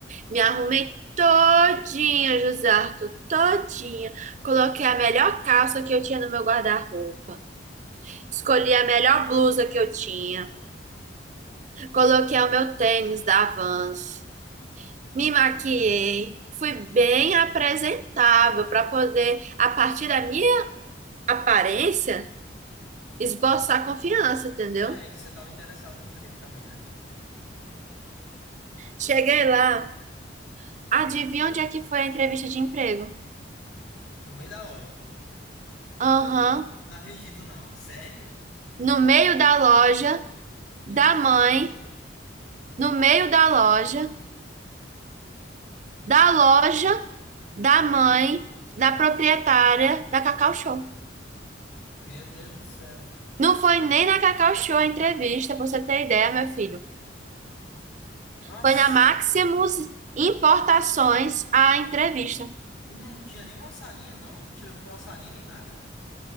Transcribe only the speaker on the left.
É, é que você estava interessado no emprego também, né?
No meio da loja.
Não acredito, não. Sério?
Em
hora de
funcionamento.
Meu Deus do céu.
Nossa.
Não-
E não tinha nenhuma salinha, não? Não te levou pra uma salinha nem nada?